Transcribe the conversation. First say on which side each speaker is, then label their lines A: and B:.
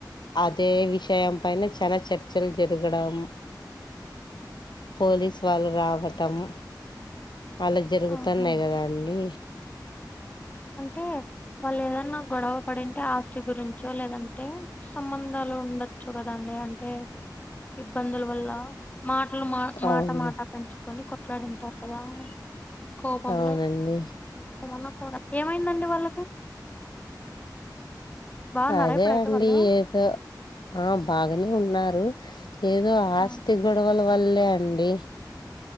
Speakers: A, on the left; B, on the left.
A: అదే విషయం పైన చాలా చర్చలు జరగడం పోలీసు వాళ్ళు రావటమ్ అలా జరుగుతున్నాయి
B: ఆహా
A: కదా అండి
B: అంటే వాళ్ళు ఏదన్నా గొడవ పడింటే ఆస్తి గురించో లేదంటే సంబంధాల్ ఉండొచ్చు కదండి అంటే ఇబ్బందుల వల్ల మా అట్లు మా మాట
A: అవును
B: మాట పెంచుకొని కొట్లాడింటారు కదా కోపంలో
A: అవునండి
B: ఏమన్నా కూరా ఏమైందండి వాళ్ళకి బాగున్నారా
A: అదే
B: ఇప్పుడైతే
A: అండి
B: వాళ్ళు
A: ఏదో ఆ బాగనే ఉన్నారు ఏదో ఆస్తి
B: ఆ,
A: గొడవల వల్లే అండి